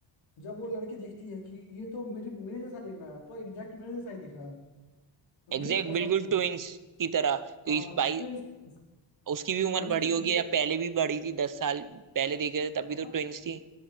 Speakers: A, on the left; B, on the right.
A: जब वो लड़की देखती है कि ये तो मेरे मेरे जैसा दिख रहा है पूरा एग्जैक्ट मेरे जैसा ही दिख रहा है
B: एग्जैक्ट
A: डिट्टो सब
B: बिल्कुल
A: कुछ
B: ट्विंस की तरह तो
A: हाँ
B: इस
A: हाँ ट्विंस
B: भाई
A: ट्विंस
B: उसकी भी उम्र
A: और उसके
B: बड़ी
A: जो
B: होगी
A: बेटा
B: या पहले भी बड़ी थी दस साल पहले देखे थे तब भी
A: हाँ
B: तो ट्विंस थी